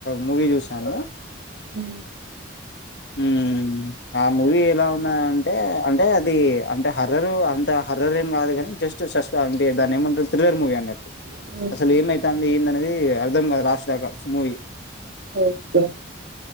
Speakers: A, on the left; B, on the right.
A: మూవీ చూసాను
B: ఉ
A: ఉ ఆ మూవీ ఎలా ఉన్నది అంటే అంటే అది అంటే హర్రర్ అం అంతా హర్రర్ ఏం కాదు కాని జస్ట్ షాస్ వాన్ దాని ఏమంటారు థ్రిల్లర్ మూవీ అన్నట్టు
B: ఓకే
A: అసలు ఏమైతాంది ఏంది అన్ అది అర్థం కాలే లాస్ట్ దాకా సు మూవీ
B: అవిఘ్న